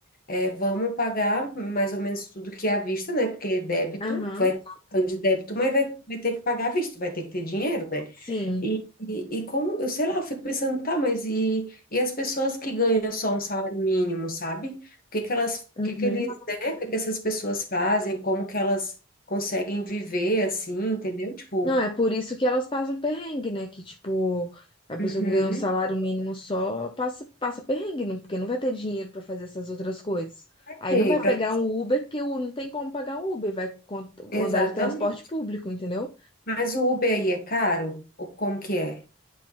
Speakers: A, on the left; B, on the left.
A: é, vamos pagar mais ou menos tudo que é à vista, né? Porque débito,
B: Aham.
A: vai, então de débito, mas vai, vai ter que pagar à vista, vai ter que ter dinheiro, né?
B: Sim.
A: E, e, e como, eu sei lá, eu fico pensando, tá, mas e, e as pessoas que ganham só um salário mínimo, sabe? O que que elas, o
B: Uhum.
A: que que eles, né? O que que essas pessoas fazem? Como que elas conseguem viver assim, entendeu? Tipo,
B: Não, é por isso que elas passam perrengue, né? Que, tipo, a pessoa
A: uhum,
B: que ganha um salário mínimo só passa, passa perrengue, não, porque não vai ter dinheiro pra fazer essas outras coisas. Aí
A: tem
B: não vai
A: pra-
B: pegar um Uber, porque o- não tem como pagar um Uber, vai con-
A: exatamente.
B: andar de transporte público, entendeu?
A: Mas o Uber aí é caro? Ou como que é?